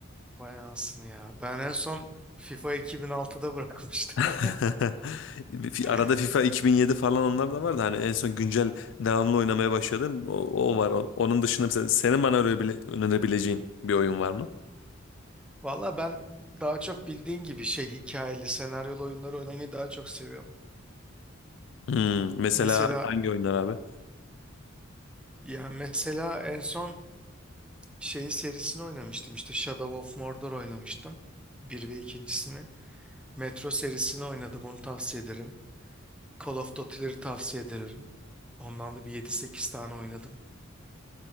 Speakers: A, in the centre; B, on the left (about 65°).
A: Vay anasını ya. Ben en son FIFA 2006'da bırakmıştım.
B: <laughs>
A: <laughs>
B: Arada FIFA 2007 falan onlar da vardı. Hani en son güncel devamlı oynamaya başladım. O, o var. O- Onun dışında mesela senin bana önerebile- önerebileceğin bir oyun var mı?
A: Vallahi ben daha çok bildiğin gibi şey hikayeli, senaryolu oyunları oynamayı daha çok seviyorum.
B: Hmm, mesela
A: Mesela
B: hangi oyunlar abi?
A: ya mesela en son şey serisini oynamıştım işte Shadow of Mordor oynamıştım. bir ve ikincisini. Metro serisini oynadım onu tavsiye ederim. Call of Duty'leri tavsiye ederim. Ondan da bir yedi sekiz tane oynadım.